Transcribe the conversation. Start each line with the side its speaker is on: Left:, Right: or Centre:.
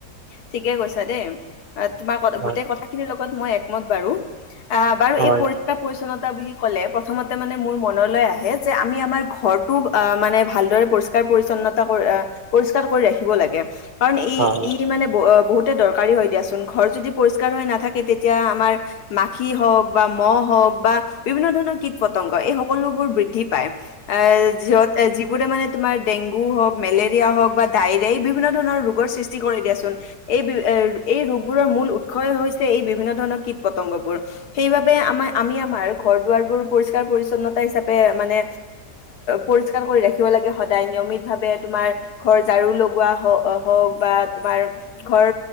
Left: ঠিকে কৈছা দেই তোমাৰ
Right: হয়
Left: গোটেই কথাখিনিৰ লগত মই বাৰু অ বাৰু
Right: হয়
Left: এই পৰিষ্কাৰ পৰিচছন্ন বুলি কলে প্ৰথমতে মানে মোৰ মনলৈ আহে যে আমি আমাৰ ঘৰটো অ মানে ভালদৰে পৰিষ্কাৰ পৰিছন্নতা পৰিষ্কাৰ কৰি ৰাখিব লাগে কাৰণ ই
Right: হয়
Left: ই মানে বহুত দৰকাৰী হয় দিয়াচোন ঘৰ যদি পৰিষ্কাৰ হৈ নাথাকে তেতিয়া আমাৰ মাখি হওক বা মহ হওক বা বিভিন্ন ধৰণৰ কীট পতংগ এই সকলোবোৰ বৃদ্ধি পায় এ যিহত এ যিবোৰে মানে তোমাৰ ডেংগু হওক মেলেৰিয়া হওক বা ডায়েৰিয়াই বিভিন্ন ধৰণৰ ৰোগৰ সৃষ্টি কৰি দিয়াচোন এই বি এ এই ৰোগবোৰৰ মূল উৎসই হৈছে এই বিভিন্ন ধৰণৰ কীট পতংগবোৰ সেইবাবে আমাৰ আমি আমাৰ ঘৰ দুৱাবোৰ পৰিস্কাৰ পৰিন্নতা হিচাপে মানে পৰিস্কাৰ কৰি ৰাখ। ৰাখিব লাগে সজাই নিয়মিতভাৱে সদায় ঘৰ জাৰু হক বা তমাৰ ঘৰ